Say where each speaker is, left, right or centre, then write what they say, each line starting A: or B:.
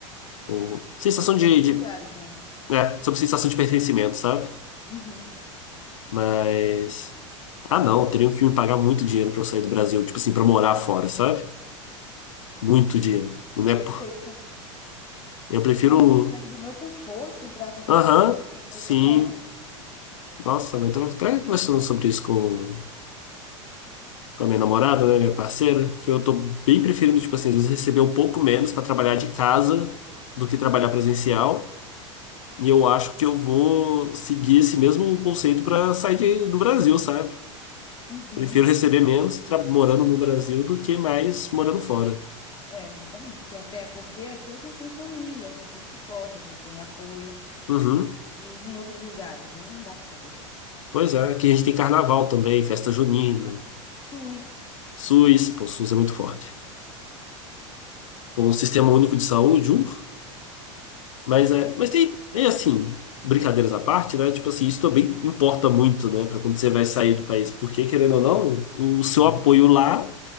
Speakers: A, on the left; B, on the left.
A: o... sensação
B: Sobre todos
A: de,
B: os
A: de-
B: lugares, né?
A: é, sobre sensação de pertencimento, sabe?
B: Uhum.
A: Mas. Ah, não, teriam que me pagar muito dinheiro para eu sair do Brasil, tipo assim, para morar fora, sabe? Muito dinheiro.
B: Com
A: Não
B: certeza.
A: é por... Eu prefiro.
B: Não, eu saí do meu conforto para qualquer,
A: Aham,
B: por qualquer coisa,
A: sim.
B: não.
A: Nossa, mas eu tava até conversando sobre isso com com a minha namorada, né, minha parceira, que eu tô bem preferindo, tipo assim, às vezes receber um pouco menos para trabalhar de casa do que trabalhar presencial. E eu acho que eu vou seguir esse mesmo conceito para sair de- do Brasil, sabe?
B: Uhum.
A: Prefiro receber menos tra- morando no Brasil do que mais morando fora.
B: É, exatamente. Porque até porque aqui a gente tem família, a gente tem suporte, a gente tem apoio.
A: Uhum.
B: E em outros lugares, né? Não dá para saber.
A: Pois é, aqui a gente tem carnaval também, festa junina,
B: <laughs> SUS,
A: SUS, pô, SUS é muito forte. Com o sistema único de saúde, uh, Mas é, mas tem, é assim, brincadeiras à parte, né? Tipo assim, isso também importa muito, né, para quando você vai sair do país, porque querendo ou não, o seu apoio lá